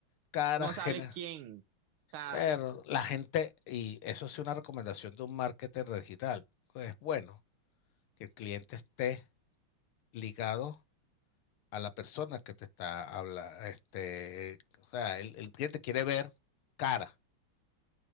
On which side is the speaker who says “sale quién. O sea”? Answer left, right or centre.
Right